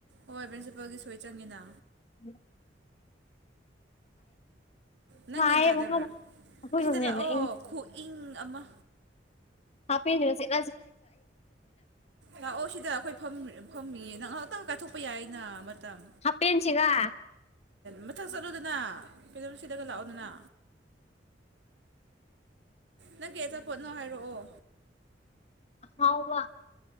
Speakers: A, on the right; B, on the left.
A: ꯍꯣꯏ ꯄ꯭ꯔꯤꯟꯁꯤꯄꯜꯒꯤ ꯁꯣꯏ ꯆꯪꯉꯤꯅ
B: ꯎꯝ
A: ꯅꯪ
B: ꯁꯥꯏꯌꯦ
A: ꯒ꯭ꯌꯥꯟ ꯇꯥꯗꯕ꯭ꯔꯥ
B: ꯃꯈꯥꯗ ꯑꯩꯈꯣꯏꯔꯣꯝꯅ
A: ꯑꯁꯤꯗ ꯂꯥꯛꯑꯣ
B: ꯍꯦꯟꯅ ꯏꯪꯉꯤ
A: ꯈꯨꯏꯪ ꯑꯃ
B: ꯍꯥꯞꯄꯤꯤꯅ ꯏꯠ
A: ꯂꯥꯛꯑꯣ ꯁꯤꯗ ꯑꯩꯈꯣꯏ ꯐꯝꯃꯤꯌꯦ ꯅꯪ ꯉꯥꯏꯍꯥꯛꯇꯪ ꯀꯥꯏꯊꯣꯛꯄ ꯌꯥꯏꯅ ꯃꯇꯝ
B: ꯍꯥꯄꯦꯟꯁꯤꯒ
A: ꯃꯊꯛ ꯆꯠꯂꯨꯗꯅ ꯐꯤꯂꯝ ꯁꯤꯠꯂꯒ ꯂꯥꯛꯑꯣꯗꯅ ꯅꯪ ꯀꯦ ꯑꯆꯥꯄꯣꯠꯅꯣ ꯍꯥꯏꯔꯛꯑꯣ
B: ꯍꯥꯎ ꯋꯥ